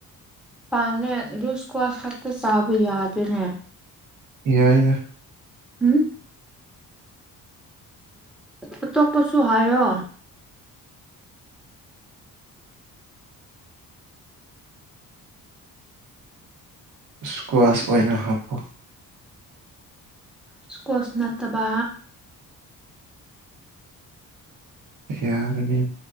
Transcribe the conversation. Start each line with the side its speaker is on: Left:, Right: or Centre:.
Centre: ꯄꯥꯅꯦ ꯂꯨꯁ ꯀ꯭ꯋꯥꯁ ꯈꯛꯇ ꯆꯥꯕ ꯌꯥꯗꯅꯦ
Right: ꯌꯥꯏꯗ
Centre: ꯎꯝ ꯑ ꯇꯣꯛꯄꯁꯨ ꯍꯥꯏꯌꯣ
Right: ꯁꯀ꯭ꯋꯥꯁ ꯑꯣꯏꯅ ꯍꯥꯞꯄꯨ
Centre: ꯏꯁꯀꯣꯁ ꯅꯠꯇꯕ
Right: ꯌꯥꯔꯅꯤ